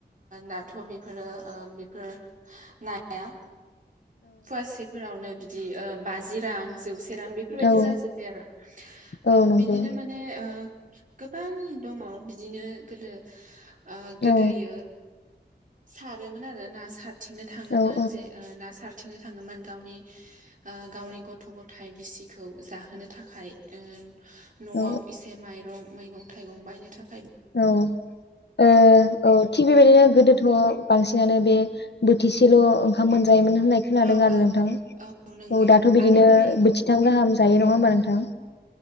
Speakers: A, on the right (about 45°); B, on the left (about 75°).
A: दाथ' बेफोरो बेफोर नाया फवासेफोरावनो बिदि बाजि रां जौसे रां बेफोरबायदि
B: औ
A: जाजोब्बाय आरो
B: औ
A: ओ
B: नंगौ
A: बिदिनो माने ओ गोबां दङ बिदिनो गोदो ओ गोदोयो।
B: औ
A: सारोमोन आरो ना सारथिंनो थाङोमोन
B: औ औ
A: जे ना सारथिंनो थाङोमोन गावनि ओ गावनि गथ' गथाय बिसिखौ जाहोनो थाखाय ओ न'आव
B: औ
A: इसे माइरं मैगं थाइगं बायनो थाख
B: औ ओ औ थिग
A: गोदो
B: बेबायदिनो गोदोथ' बांसिनानो बे बोथिसेल' ओंखाम मोन जायोमोन होननाय खोनादों
A: औ
B: आरो
A: औ
B: नोंथां
A: नंगौ
B: औ दाथ' बिदिनो
A: आरो माने
B: बोथिथाम गाहाम जायो नङा होमबा नोंथां?